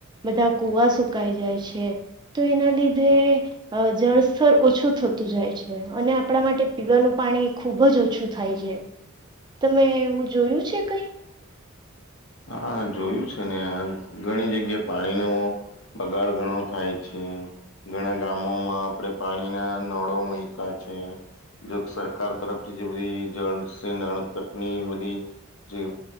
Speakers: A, on the right; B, on the left.
A: બધા કુવા સુકાઈ જાય છે તો એના લીધે અ જળસ્તર ઓછું થતું જાય છે, અને આપણા માટે પીવાનું પાણી ખુબ જ ઓછું થાય છે, તમે એવું જોયું છે કઈ
B: હા, જોયું છે ને ઘણી જગ્યાએ પાણીનો બગાડ ઘણો થાય છે. ઘણા ગામોમાં આપણે પાણીના નળો મુકા છે. જો સરકાર તરફથી જે, બધી જળ નળ તકની બધી જે